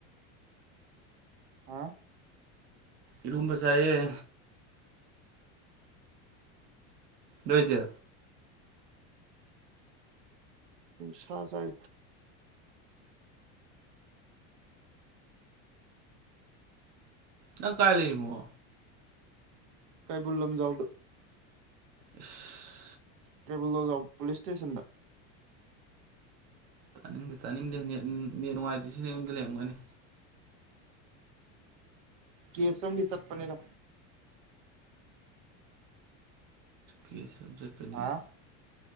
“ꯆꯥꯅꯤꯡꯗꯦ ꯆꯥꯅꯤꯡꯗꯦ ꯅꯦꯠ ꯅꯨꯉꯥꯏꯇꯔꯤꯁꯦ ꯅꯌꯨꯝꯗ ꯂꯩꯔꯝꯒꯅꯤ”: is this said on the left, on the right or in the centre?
Right